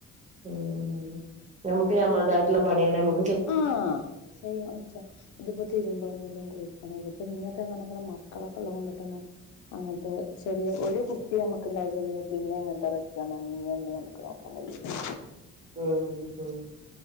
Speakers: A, on the right; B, on the left.
A: ആഹ് ഉം ഞമുക്ക് ഞമ്മളതായിട്ടുള്ള പണികളെ നമു
B: ആ <unintelligible> ഇതിപ്പോ തിരുമ്പണെങ്കിലും കുളിക്കണെങ്കും ഇപ്പ ഇന്നെ ക്ക മക്കളൊക്കെള്ള കൊണ്ട്ട്ടന്നെ അങ്ങൻത്തെ ചെറിയ ഒരു കുട്ടി നമ്മക്ക്ണ്ടായി കഴിഞ്ഞ പിന്നെ ഇങ്ങൻത്തെ റെസ്റ്റ് ഒന്നും നമ്മുക്ക് നോക്കാൻ കഴൂല്ല
A: ഉം ഉം